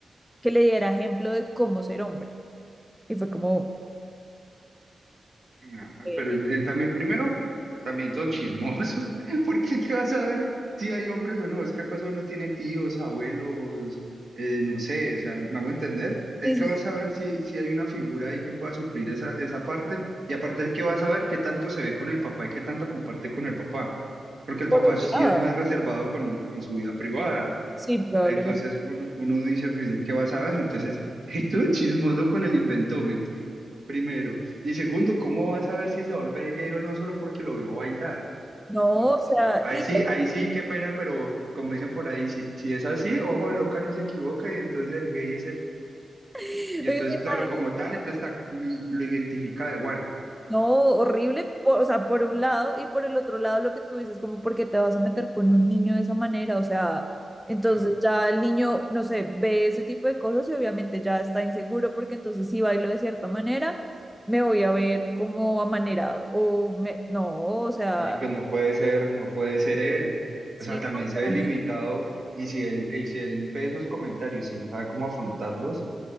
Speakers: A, in the centre; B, on the right.
A: que le diera ejemplo de cómo ser hombre. Y fue como, "Ok,
B: Ah,
A: sí,
B: pero él, él también, primero, también todo chismoso, <laughs> porque ¿qué vas a ver si hay hombres o no? ¿Es que acaso uno tiene tíos, abuelos, eh, no sé, o sea, me hago entender? ¿El
A: sí,
B: que va
A: sí,
B: a saber si, si hay una figura ahí que pueda suplir esa, esa parte? Y aparte, el que va a saber qué tanto se ve con el papá y qué tanto comparte con el papá, porque el
A: por
B: papá
A: un
B: sí
A: lado,
B: es más reservado con, con su vida privada.
A: sí, probablemente.
B: Entonces uno, uno dice, pues, ¿qué vas a ver? Entonces, <laughs> y tú chismoso con el inventómetro, primero. Y segundo, ¿cómo vas a ver si se va a volver gay o no solo porque lo vio bailar?
A: No,
B: No, pues
A: o sea,
B: sí. Ahí
A: y
B: sí, ahí sí, qué pena, pero como dicen por ahí, si, si es así, ojo, de loca no se equivoca y entonces el gay es él.
A: <laughs>
B: Y entonces, claro, como tal, entonces ta- lo identifica de Juan.
A: No, horrible, o o sea, por un lado y por el otro lado lo que tú dices, como porque te vas a meter con un niño de esa manera, o sea, entonces
B: No,
A: ya el niño, no sé, ve ese tipo de cosas y obviamente ya está inseguro porque entonces si bailo de cierta manera, me voy a ver como amanerado o me, no, o sea,
B: sí, pues no puede ser, no puede ser él.
A: sí,
B: O sea, también
A: no,
B: se
A: para
B: ve limitado
A: nada.
B: y si él, y si él ve esos comentarios y no sabe cómo afrontarlos.